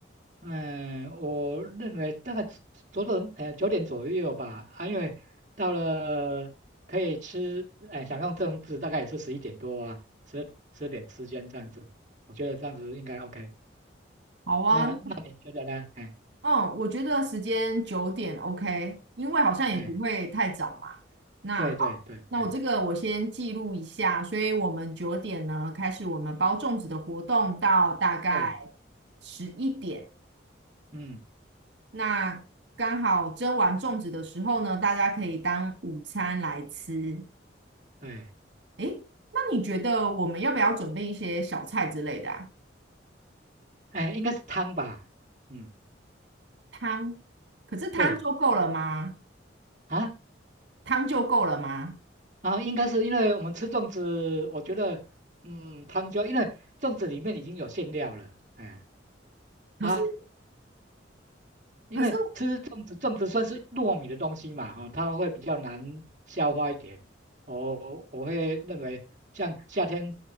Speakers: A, on the right (about 40°); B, on the right (about 70°).
A: 嗯，我认为大概左左呃九点左右吧，啊，因为到了可以吃，哎，享用正治大概也是十一点多啊，十十点之间这样子，我觉得这样子应该 OK。
B: 好啊，
A: 那那你觉得呢？哎
B: 嗯，我觉得时间九点 OK，因为好像也不会太早嘛。
A: 哎，
B: 那
A: 对对对，
B: 那我这个我先记录一下，
A: 哎
B: 所以我们九点呢开始我们包粽子的活动到大概
A: 对，
B: 十一点。
A: 嗯
B: 那刚好蒸完粽子的时候呢，大家可以当午餐来吃。
A: 对，
B: 诶，那你觉得我们要不要准备一些小菜之类的啊？
A: 哎，应该是汤吧，嗯
B: 汤，可是汤就够了吗？
A: 对啊
B: 汤就够了吗？
A: 啊，应该是因为我们吃粽子，我觉得嗯汤就因为粽子里面已经有馅料了，哎。
B: 可是
A: 啊，因为吃粽子，
B: 可是。
A: 粽子算是糯米的东西嘛，哈、它会比较难消化一点。我我会认为，像夏天，